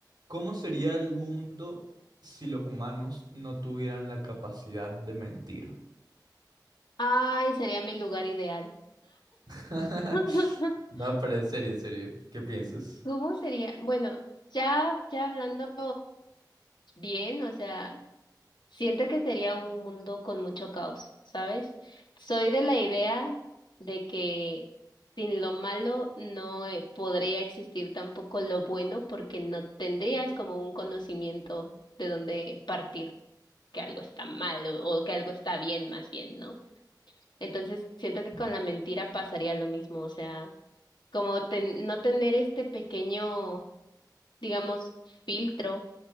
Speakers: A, on the right (about 65°); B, on the left (about 85°).
A: ¿Cómo sería el mundo si los humanos no tuvieran la capacidad de mentir?
B: Ay, sería mi lugar ideal.
A: <laughs>
B: <laughs>
A: No, pero en serio, en serio, ¿qué piensas?
B: ¿Cómo sería? Bueno, ya, ya hablando bien, o sea, siento que sería un mundo con mucho caos, ¿sabes? Soy de la idea de que sin lo malo no eh, podría existir tampoco lo bueno porque no tendrías como un conocimiento de dónde partir, que algo está mal o o que algo está bien más bien, ¿no? Entonces, siento que con la mentira pasaría lo mismo, o sea... como ten- no tener este pequeño, digamos, filtro